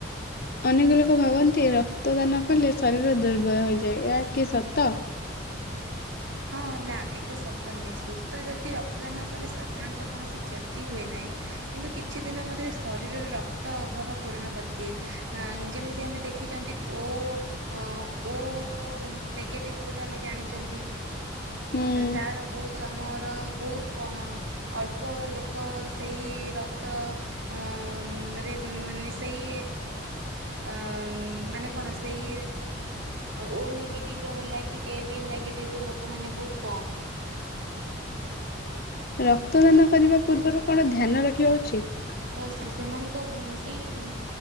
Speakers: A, on the left; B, on the right.
A: ଅନେକ ଲୋକ ଭାବନ୍ତି ରକ୍ତଦାନ କଲେ ଶରୀର ଦୁର୍ବଳ ହୋଇଯାଏ ଏହା କି ସତ।
B: ହଁ ନା ଏଇଟା ସତ ନୁହେଁ ସୁସ୍ଥ ବ୍ୟକ୍ତି ରକ୍ତଦାନ କଲେ ସାଧାରଣତଃ କୌଣସି କ୍ଷତି ହୁଏ ନାହିଁ କିନ୍ତୁ କିଛି ଦିନ ମଧ୍ୟରେ ଶରୀରରେ ରକ୍ତ ଅଭାବ ପୂରଣ କରିଦିଏ ଅ ଯେମିତି ଆମେ ଦେଖିଛନ୍ତି ଓ ଅ ଓ ନେଗେଟିଭ ଗୋଟେ ଆମେ ଜାଣିଛନ୍ତି।
A: ହୁଁ
B: ତାର ବହୁତ ତ ଆମର ବହୁତ ପ ଅଳ୍ପ ଲୋକ ସେଇ ରକ୍ ତ ଅ ରେ ମାନେ ସେଇ ଅ ମାନେ କଣ ସେଇ ଓ ନେଗେଟିଭ ର ହେଲା କି ଏ ବି ନେଗେଟିଭ ଟିବ ର ଲୋକମାନେ ବହୁତ କମ୍।
A: ରକ୍ତଦାନ କରିବା ପୂର୍ବରୁ କଣ ଧ୍ୟାନ ରଖିବା ଉଚିତ।
B: ତ ସେ ସେମାନଙ୍କ ଉ ସେଇ